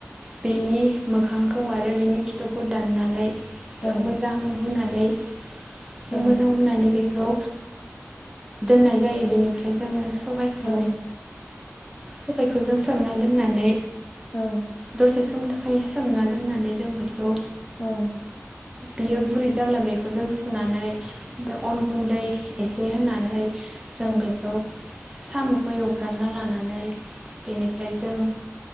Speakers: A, on the right; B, on the left.
A: बेनि मोखांखौ आरो बेनि खिथुखौ दाननानै जों
B: औ
A: मोजां हुनानै जों
B: औ
A: मोजां हुनानै बेखौ दोननाय जायो बेनिफ्राय जोङ सबायखौ
B: औ
A: सबायखौ जों सोमना दोननानै
B: औ
A: दसे समनि सोमना दोननानै जों बेखौ
B: औ
A: बियो गुरै जाब्ला बेखौ जों सुनानै अन गुन्दै एसे होनानै जों
B: औ
A: बेखौ साम'खौ एवफ्रानना लानानै बेनिफ्राय जों